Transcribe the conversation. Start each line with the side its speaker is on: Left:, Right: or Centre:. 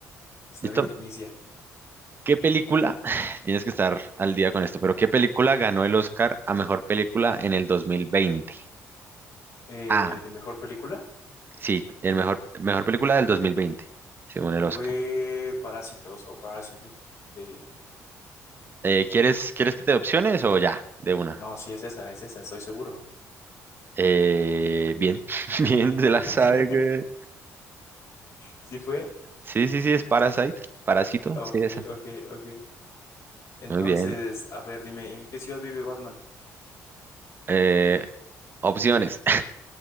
Left: está
Right: ¿Listo?
Left: bien, inicia.
Right: ¿Qué película? <sighs> Tienes que estar al día con esto, pero ¿qué película ganó el Oscar a mejor película en el 2020?
Left: Eh,
Right: Ah,
Left: de mejor película
Right: sí, el mejor, mejor película del 2020, según el Oscar.
Left: fue Parásitos o Parásite. de-
Right: Eh, ¿quieres, quieres que te dé opciones o ya, de una?
Left: No, sí es esa, es esa, estoy seguro.
Right: Eh, bien, <laughs> bien, se la
Left: <laughs>
Right: sabe. güey.
Left: ¿Sí fue?
Right: Sí, sí, sí, es Parasite, Parásito,
Left: Ok,
Right: sí, esa.
Left: ok, ok. Entonces,
Right: Muy bien.
Left: a ver, dime, ¿en qué ciudad vive Batman?
Right: Eh, opciones.